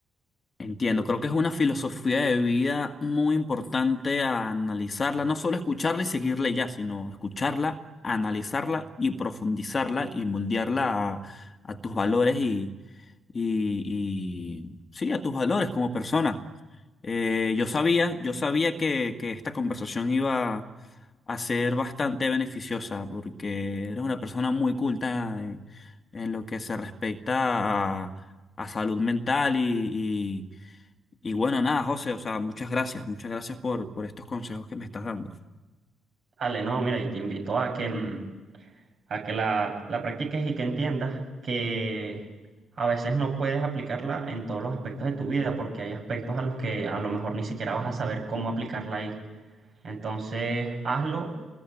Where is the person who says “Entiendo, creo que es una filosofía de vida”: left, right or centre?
Left